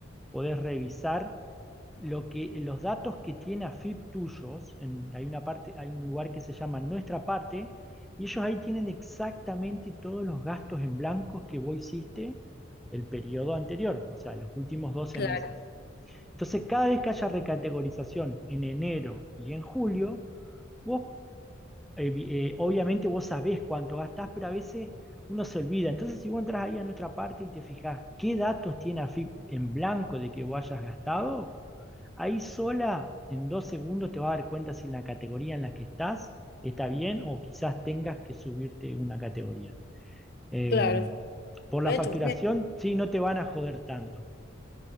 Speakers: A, in the centre; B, on the left.
A: podés revisar lo que, los datos que tiene AFIP tuyos. en- hay una parte, hay un lugar que se llama Nuestra Parte, y ellos ahí tienen exactamente todos los gastos en blancos que vos hiciste el periodo anterior, o sea, los últimos doce
B: Claro,
A: meses. Entonces, cada vez que haya recategorización en enero y en julio, vos eh, eh, obviamente vos sabés cuánto gastás, pero a veces uno se olvida. Entonces, si vos entras ahí a nuestra parte y te fijás qué datos tiene AFIP en blanco de que vos hayas gastado, ahí sola, en dos segundos, te vas a dar cuenta si en la categoría en la que estás está bien o quizás tengas que subirte una categoría. Eh,
B: claro.
A: por
B: Voy
A: la facturación,
B: a chusmear.
A: sí, no te van a joder tanto.